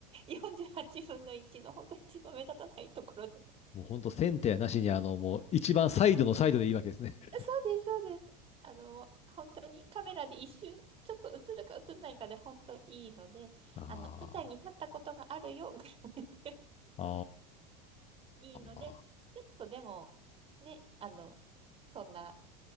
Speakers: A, on the right (about 30°); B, on the left (about 30°).
A: 48分の1の本当一番目立たないところで。<laughs>
B: もうほんとセンターなしに、あの、もう一番サイドのサイドでいいわけですね。<laughs>
A: そうです、そうです。あの、本当にカメラで一瞬、ちょっと映るか映んないかで本当いいので、
B: あ
A: あの、舞台に立ったことがあるよぐらいで
B: あ、
A: <laughs> いいので、
B: ああ。
A: ちょっとでも、ね、あの、そんな